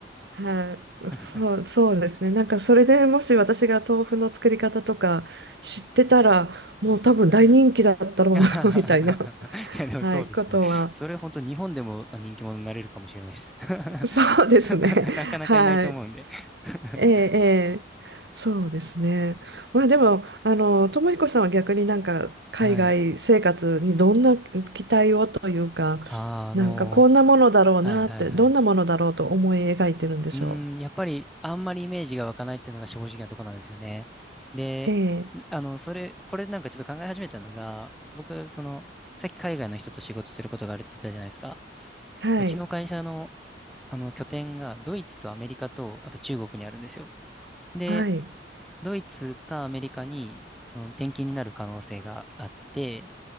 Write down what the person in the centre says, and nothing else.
<laughs>
<laughs> い
や、でもそうですね。
それ本当日本でも人気者になれるかもしれないです。
<laughs> なかなかいないと思うんで。
<laughs>
はい。あーあの
ーはいはいはい。
うーん、やっぱりあんまりイメージが湧かないっていうのが正直なとこなんですよね。で、
あの、それ、これなんかちょっと考え始めたのが、僕、その、さっき海外の人と仕事することがあるって言ったじゃないですか。
うちの会社の、あの拠点がドイツとアメリカと、あと中国にあるんですよ。で、
ドイツかアメリカにその転勤になる可能性があって、